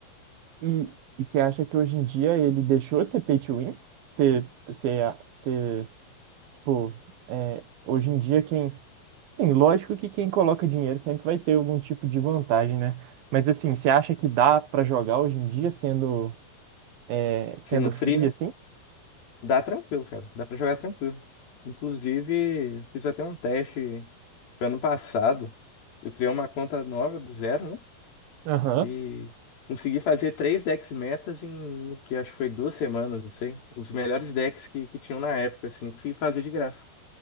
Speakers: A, on the right; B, on the left.
A: E, e você acha que hoje em dia ele deixou de ser pay to win? Você, você, Tipo, é, hoje em dia quem. Sim, lógico que quem coloca dinheiro sempre vai ter algum tipo de vantagem, né? Mas assim, você acha que dá pra jogar hoje em dia sendo, é, sendo
B: Se não
A: free
B: free, né?
A: assim?
B: Dá tranquilo, cara. Dá pra jogar tranquilo. Inclusive, fiz até um teste ano passado. Eu criei uma conta nova do zero, né?
A: Aham.
B: E consegui fazer três decks metas em que acho que foi duas semanas, não sei. Os melhores decks que, que tinham na época, assim, consegui fazer de graça.